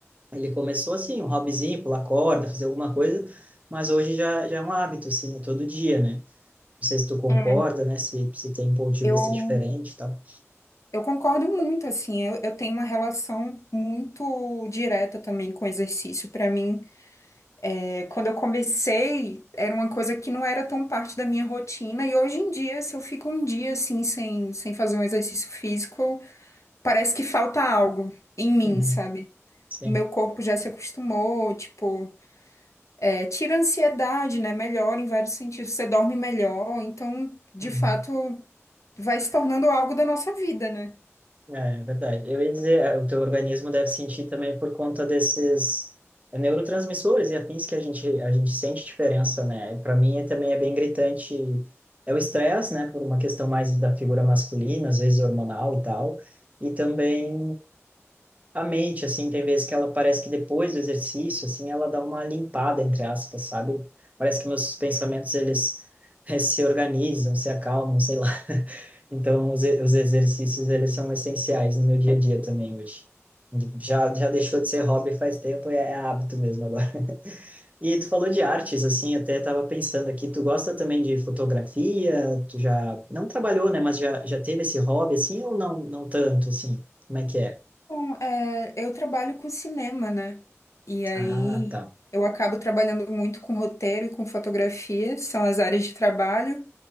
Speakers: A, on the right; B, on the left.
A: ele começou assim, um hobbyzinho, pular corda, fazer alguma coisa, mas hoje já, já é um hábito, assim, é todo dia, né? Não sei se tu concorda,
B: É.
A: né? Se, se tem um ponto de
B: Eu
A: vista diferente e tal.
B: Eu concordo muito, assim, eu, eu tenho uma relação muito direta também com o exercício. Para mim, é, quando eu comecei, era uma coisa que não era tão parte da minha rotina, e hoje em dia, se eu fico um dia assim, sem, sem fazer um exercício físico, parece que falta algo em mim,
A: Uhum,
B: sabe?
A: sim.
B: O meu corpo já se acostumou, tipo, é, tira a ansiedade, né? Melhora em vários sentidos, você dorme melhor, então, de
A: Uhum.
B: fato, vai se tornando algo da nossa vida, né?
A: É, é verdade. Eu ia dizer, é, o teu organismo deve sentir também por conta desses é, neurotransmissores e afins que a gente, a gente sente diferença, né? Para mim é, também é bem gritante. É o estresse, né? Por uma questão mais da figura masculina, às vezes hormonal e tal. E também a mente, assim, tem vezes que ela parece que depois do exercício, assim, ela dá uma limpada, entre aspas, sabe? Parece que meus pensamentos, eles eh, se organizam, se acalmam, sei lá. <laughs> Então, os, e- os exercícios, eles são essenciais no meu dia a dia também hoje. Já, já deixou de ser hobby faz tempo, é, é hábito mesmo agora. <laughs> E tu falou de artes, assim, até tava pensando aqui, tu gosta também de fotografia? Tu já, não trabalhou, né, mas já, já teve esse hobby, assim, ou não, não tanto, assim? Como é que é?
B: Bom, é, eu trabalho com cinema, né? E aí
A: Ah, tá.
B: eu acabo trabalhando muito com roteiro e com fotografia, são as áreas de trabalho.